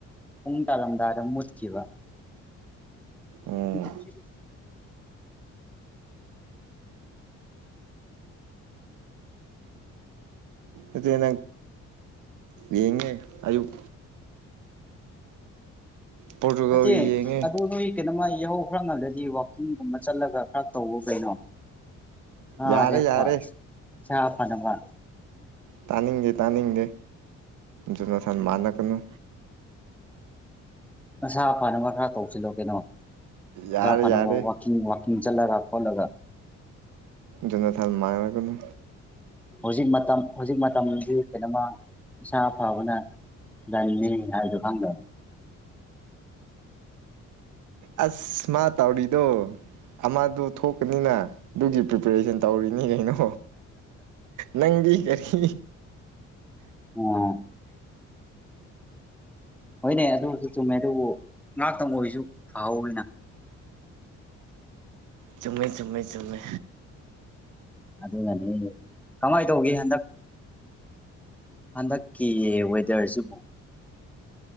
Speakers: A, in the centre; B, on the right.
A: ꯄꯨꯡ ꯇꯥꯔꯝꯗꯥꯏꯗ ꯃꯨꯠꯈꯤꯕ
B: ꯎꯝ
A: <unintelligible>
B: ꯑꯗꯨꯗꯤ ꯅꯪ ꯌꯦꯡꯉꯦ ꯑꯌꯨꯛ ꯄꯣꯔꯇꯨꯒꯜꯒꯤ
A: ꯅꯠꯇꯦ
B: ꯌꯦꯡꯉꯦ
A: ꯑꯗꯨ ꯅꯣꯏ ꯀꯩꯅꯣꯃ ꯌꯥꯍꯧ ꯈꯔ ꯉꯜꯂꯗꯤ ꯋꯥꯛꯀꯤꯡꯒꯨꯝꯕ ꯆꯠꯂꯒ ꯈꯔ ꯇꯧꯕ ꯀꯩꯅꯣ <unintelligible>
B: ꯌꯥꯔꯦ ꯌꯥꯔꯦ
A: ꯏꯁꯥ ꯐꯅꯕ
B: ꯇꯥꯅꯤꯡꯗꯦ ꯇꯥꯅꯤꯡꯗꯦ ꯖꯣꯅꯥꯊꯟ ꯃꯥꯟꯅꯒꯅꯨ
A: ꯅꯁꯥ ꯐꯅꯕ ꯈꯔ ꯇꯧꯁꯤꯜꯂꯣ ꯀꯩꯅꯣ ꯅꯁꯥ
B: ꯌꯥꯔꯦ
A: ꯐꯅꯕ
B: ꯌꯥꯔꯦ
A: ꯋꯥꯛ ꯀꯤꯡ ꯋꯥꯛꯀꯤꯡ ꯆꯠꯂꯒ ꯈꯣꯠꯂꯒ
B: ꯖꯣꯅꯥꯊꯟ ꯃꯥꯏꯔꯒꯅꯨ
A: ꯍꯧꯖꯤꯛ ꯃꯇꯝ ꯍꯧꯖꯤꯛ ꯃꯇꯝꯁꯤ ꯀꯩꯅꯣꯃ ꯏꯁꯥ ꯐꯕꯅ ꯂꯟꯅꯤ ꯍꯥꯏꯕꯗꯨ ꯈꯪꯗ
B: ꯑꯁ ꯃꯥ ꯇꯧꯔꯤꯗꯣ ꯑꯃꯗꯨ ꯊꯣꯛꯄꯅꯤꯅ ꯑꯗꯨꯒꯤ ꯄ꯭ꯔꯤꯄꯦꯔꯦꯁꯟ ꯇꯧꯔꯤꯅꯤ ꯀꯩꯅꯣ ꯅꯪꯗꯤ ꯌꯈꯤ
A: ꯑꯣ ꯍꯣꯏꯅꯦ ꯑꯗꯨꯁꯨ ꯆꯨꯝꯃꯦ ꯑꯗꯨꯕꯨ ꯉꯥꯛꯇꯪ ꯑꯣꯏꯁꯨ ꯐꯍꯧꯅ
B: ꯆꯨꯝꯃꯦ ꯆꯨꯝꯃꯦ ꯆꯨꯝꯃꯦ
A: ꯑꯗꯨꯅꯅꯦ ꯀꯃꯥꯏ ꯇꯧꯒꯦ ꯍꯟꯗꯛ ꯍꯟꯗꯛꯀꯤ ꯋꯦꯗꯔꯁꯤꯕꯨ